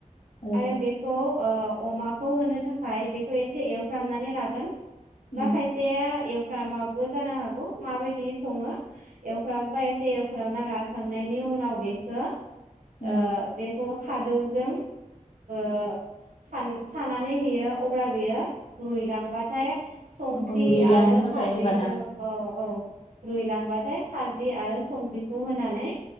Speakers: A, on the left; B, on the right.
A: औ
B: आरो बेखौ ओ अमाखौ होनो थाखाय बेखौ एसे एवफ्रामनानै लागोन।
A: उम
B: बा खायसेया एवफ्रामाबो जानो हागौ। माबायदि सङो एवफ्रामोबा एसे एवफ्रामना लाखांनायनि उनाव बेखौ ओ
A: उम
B: बे खादौजों ओ सान- सानानै होयो अब्ला बेयो रुइलांबाथाय संख्रि
A: औ औ रुइलाङो
B: आरो
A: मोजाङै
B: खारदैखौ
A: होमबाना
B: औ औ रुइलांबाथाय खारदै आरो संख्रिखौ होनानै